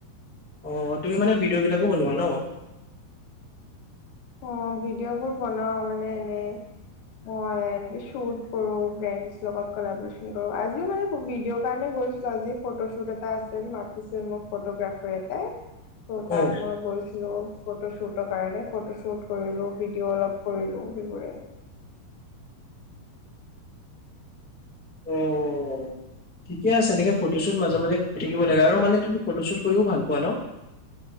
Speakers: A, in the centre; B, on the left.
A: অ! তুমি মানে ভিডিঅ' বিলাকো বনোৱা ন? <unintelligible>
B: অঁ! ভিডিঅ'বোৰ বনাও মানে এনেই <inaudible> মই এনেকে শুট কৰো, ফ্ৰেড লগত কলাবৰেচন কৰো, আজিও মানে ভিডিঅৰ কাৰণে গৈছ <inaudible> <inaudible> আজি ফটো শুট এটা আছিল মাতিছিল আছিল মোক ফ'টোগ্ৰাফাৰ এটাই। <inaudible> তাত
A: অ'
B: মই গৈছিলোঁ। ফটো শ্বুটৰ কাৰণে। ফটো শ্বুট কৰিলোঁ, ভিডিঅ' অলপ কৰিলোঁ সেইবোৰে। <inaudible>
A: অঁ ঠিকে আছে এনেকে ফটো শ্বুট মাজে-মাজে থাকিব লাগে আৰু মানে তুমি <unintelligible> ফটো শ্বুট কৰিও ভাল পোৱা ন? <inaudible>